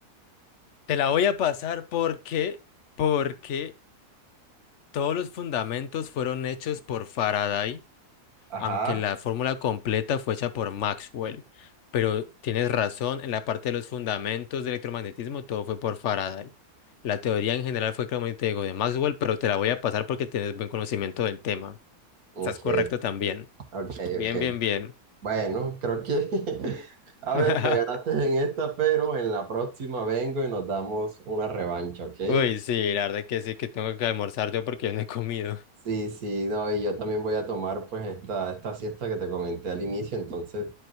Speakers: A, on the left (about 55°); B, on the right (about 70°).
A: Te la voy a pasar porque, porque todos los fundamentos fueron hechos por Faraday.
B: Ajá,
A: aunque la fórmula completa fue hecha por Maxwell. Pero tienes razón, en la parte de los fundamentos del electromagnetismo todo fue por Faraday. La teoría en general fue, como te digo, de Maxwell, pero te la voy a pasar porque tienes buen conocimiento del tema.
B: ok,
A: Estás correcto también.
B: ok,
A: Bien,
B: ok.
A: bien, bien.
B: Bueno, creo que, <laughs> a
A: <laughs>
B: ver, me ganaste en esta, pero en la próxima vengo y nos damos una revancha, ¿ok?
A: Uy, sí, la verdad que sí, que tengo que almorzar yo porque yo no he comido.
B: Sí, sí, no, y yo también voy a tomar pues esta, esta siesta que te comenté al inicio, entonces,